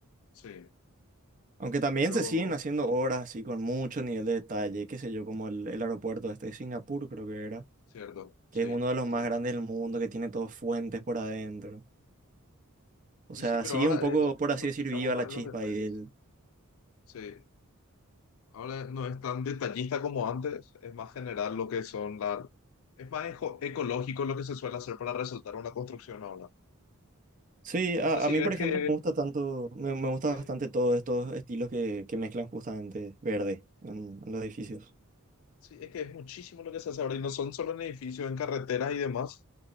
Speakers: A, on the left; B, on the right.
A: Sí,
B: Aunque también
A: pero
B: se siguen haciendo obras así con mucho nivel de detalle, qué sé yo, como el, el aeropuerto este de Singapur, creo que era,
A: cierto, sí,
B: que es uno de los
A: ese
B: más
A: mismo.
B: grandes del mundo, que tiene todos fuentes por adentro. O
A: Y
B: sea,
A: sí, pero
B: sigue
A: ahora
B: un poco,
A: eh,
B: por
A: nos
B: así decir,
A: fijamos
B: viva
A: más
B: la
A: en
B: chispa
A: los detalles.
B: ahí del...
A: Sí, ahora no es tan detallista como antes, es más general lo que son la... Es más eco- ecológico lo que se suele hacer para resaltar una construcción ahora.
B: Sí, a,
A: No sé si
B: a mí,
A: ves
B: por ejemplo,
A: que...
B: me gusta tanto, me, me gusta
A: Sí,
B: bastante todos estos estilos que, que mezclan justamente verde en, en los edificios.
A: sí, es que es muchísimo lo que se hace ahora y no son solo en edificios, en carreteras y demás.